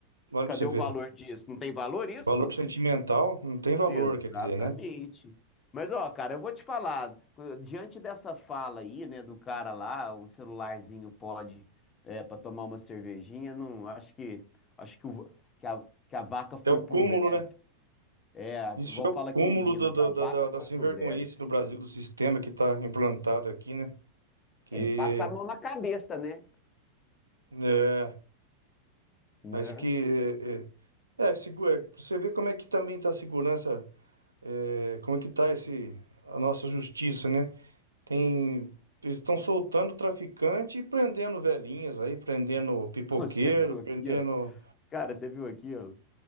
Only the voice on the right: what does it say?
olha
para você ver.
Valor sentimental não tem valor,
quer dizer, né?
É o cúmulo,
né?
Isso é o
cúmulo
do- do-
da, da, da
sem
vergonhice
no Brasil, do sistema que está implantado aqui, né? Que,
é,
mas que, é, é, é, segu- é, pra você ver como é que também está a segurança, é, como é que está esse, a nossa justiça, né? Tem, eles estão soltando traficante e prendendo velhinhas aí, prendendo pipoqueiro,
prendendo